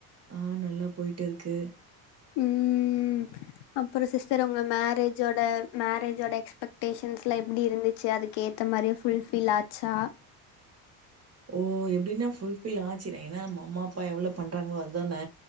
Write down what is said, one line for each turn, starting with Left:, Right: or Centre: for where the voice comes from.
Right: ஆ நல்லா போய்ட் இருக்கு
Left: ம் அப்புற சிஸ்டர் உங்க மேரேஜோட மேரேஜோட எக்ஸ்பெக்டேஷன்ஸ்லா எப்டி இருந்துச்சு அதுக்கே தமாரியே ஃபுல் ஃப்பில் ஆச்சா
Right: ஓ எப்டின்னா ஃபுல் ஃபில் ஆச்சுரே ஏன்னா நம்ம அம்மாப்பா எவ்ளோ பண்றங்ளோ அது தான